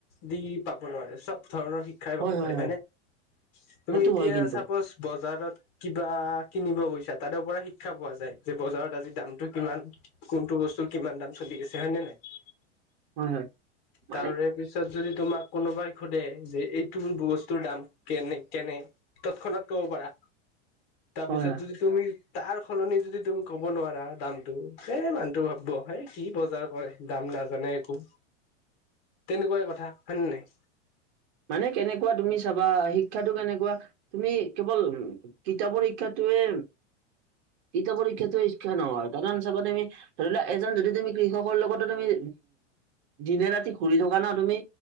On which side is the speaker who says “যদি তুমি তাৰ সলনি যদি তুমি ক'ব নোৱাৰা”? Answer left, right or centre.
Left